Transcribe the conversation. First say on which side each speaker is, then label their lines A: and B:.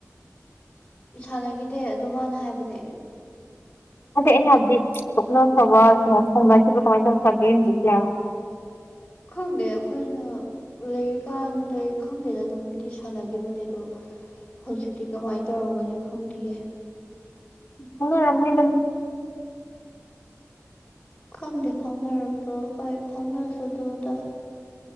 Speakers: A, on the left (about 15°); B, on the left (about 35°).
A: ꯁꯥꯟꯅꯈꯤꯗꯦ ꯑꯗꯣ ꯃꯥꯅ ꯍꯥꯏꯕꯅꯦ
B: ꯑꯗꯩ ꯑꯩꯅ ꯍꯥꯏꯕꯗꯤ ꯇꯣꯛꯅꯈꯔꯥ ꯁꯧꯅꯈꯤꯕꯔ ꯀꯃꯥꯏꯅ ꯇꯧ ꯐꯒꯦ ꯍꯧꯖꯤꯛꯤ ꯍꯥꯏꯕ
A: ꯈꯪꯗꯦ ꯑꯩꯈꯣꯏꯅ ꯂꯩꯔꯤꯀꯥꯟꯗ ꯈꯪꯗꯦꯗ ꯑꯗꯨꯝꯗꯤ ꯁꯥꯟꯅꯈꯤꯕꯅꯦ ꯑꯗꯣ ꯍꯧꯖꯤꯛꯇꯤ ꯀꯃꯥꯏꯅ ꯇꯧꯔꯝꯒꯅꯤ ꯈꯪꯗꯌꯦ
B: ꯈꯪꯅꯔꯝꯅꯤꯗ
A: ꯈꯪꯗꯦ ꯐꯥꯎꯅꯔꯝꯕ ꯍꯣꯏ ꯐꯥꯎꯅꯔꯁꯨ ꯑꯗꯨꯗ